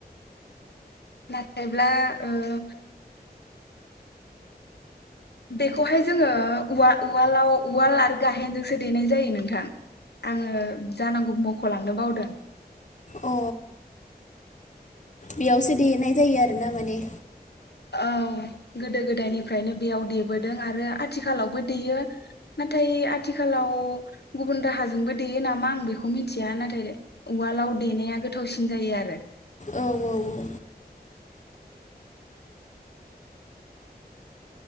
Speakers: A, on the left; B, on the left.
A: नाथायब्ला ओ बेखौहाय जोङो उवाल उवालाव उवाल आरो गाहेनजोंसो देनाय जायो नोंथां आङो जानांगौ मख'लांनो बावदों।
B: अ बेयावसो देनाय जायो आरोना माने।
A: औ गोदो गोदायनिफ्रायनो बेयाव देबोदों आरो आथिखालावबो देयो नाथाय आथिखालाव गुबुन राहाजोंबो देयो नामा आं बेखौ मिथिया नाथाय उवालाव देनाया गोथावसिन जायो आरो।
B: औ औ